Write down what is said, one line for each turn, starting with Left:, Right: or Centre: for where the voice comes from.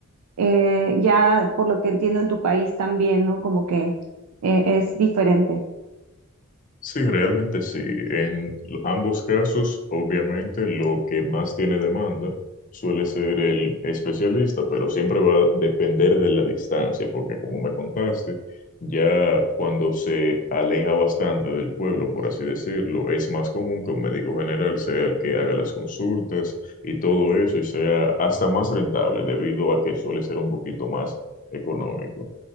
Right: eh, ya por lo que entiendo en tu país también, ¿no? Como que eh, es diferente.
Left: Sí, realmente sí. En ambos casos, obviamente, lo que más tiene demanda suele ser el especialista, pero siempre va a depender de la distancia, porque como me contaste, ya cuando se aleja bastante del pueblo, por así decirlo, es más común que un médico general sea el que haga las consultas y todo eso, y sea hasta más rentable debido a que suele ser un poquito más económico.